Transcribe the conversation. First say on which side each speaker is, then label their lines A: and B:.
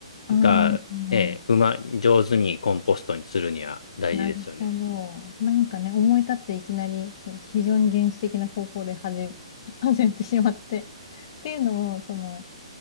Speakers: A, on the left; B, on the left.
A: あー
B: が、ね、うま、上手にコンポストにするには大事ですよね。
A: なるほど。なんかね、思い立っていきなり、そう非常に原始的な方法で始め、<laughs> 始めてしまって。っていうのも、その、